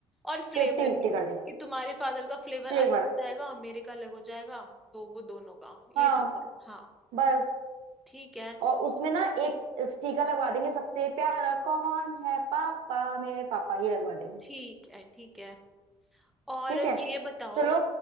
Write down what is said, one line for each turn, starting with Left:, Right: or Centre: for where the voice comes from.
Centre: और फ्लेवर
Right: फिफ्टी फिफ्टी
Centre: भी
Right: कर देंगे
Centre: कि तुम्हारे फादर का फ्लेवर
Right: फ्लेवर
Centre: अलग हो जाएगा मेरे का अलग हो जाएगा तो वो दोनों का ये
Right: हाँ
Centre: ठीक है हाँ
Right: बस
Centre: ठीक है
Right: और उसमें ना एक स्टिकर लगवा देंगे सबसे प्यारा कौन है पापा मेरे पापा ये लगवा देंगे
Centre: ठीक है ठीक है और
Right: ठीक
Centre: ये
Right: है
Centre: बताओ
Right: चलो